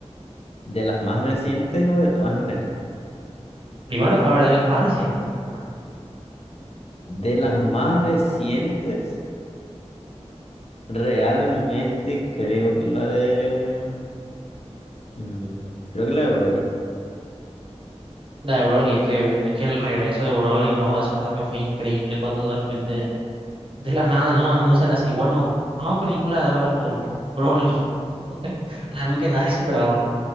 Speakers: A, on the left; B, on the right.
A: ¿De las más recientes o de todas en general?
B: Primero, a ver, de las más recientes. primero.
A: De las más recientes, realmente creo que la de... mm, creo que la de Broly.
B: de Broly, es que, es que el regreso de Broly, no, eso también fue increíble cuando de repente, de la nada, no anuncian así, bueno, nueva película de Dragon Ball, Broly, <laughs> algo que nadie se esperaba.